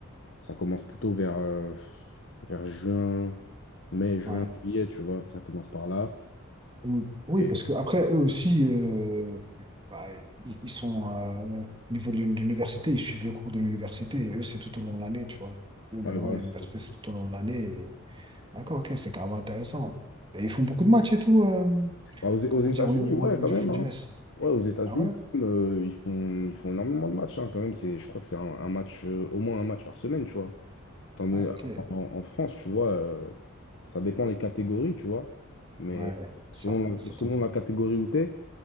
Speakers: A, on the left; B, on the right.
A: Ça commence plutôt vers, euh, vers juin, mai, juin,
B: Ouais.
A: juillet, tu vois. Ça commence par là.
B: Mm. Oui,
A: Et
B: parce que après, eux aussi, euh, bah, ils, ils sont euh, au niveau de l'uni- de l'université, ils suivent le cours de l'université, et eux, c'est tout au long de l'année, tu vois. Eux, là-bas,
A: ouais, voilà,
B: l'université,
A: c'est ça.
B: c'est tout au long de l'année. et- D'accord, ok, c'est carrément intéressant. Et ils font beaucoup de matchs et tout, euh,
A: Bah, aux,
B: comment
A: aux États-Unis,
B: dire, au, au-
A: ouais,
B: au niveau
A: quand
B: du
A: même.
B: foot
A: hein.
B: U S.
A: Ouais, aux États-Unis,
B: Ah ouais?
A: quand même, euh, ils font, ils font énormément de matchs. hein, quand même, c'est, je crois que c'est un, un match, euh, au moins un match par semaine, tu vois. Étant donné-
B: Ah, ok.
A: alors qu'en- en, France, tu vois, euh, ça dépend les catégories, tu vois. Mais
B: Ouais, ça,
A: selon la,
B: certain.
A: selon la catégorie où tu es,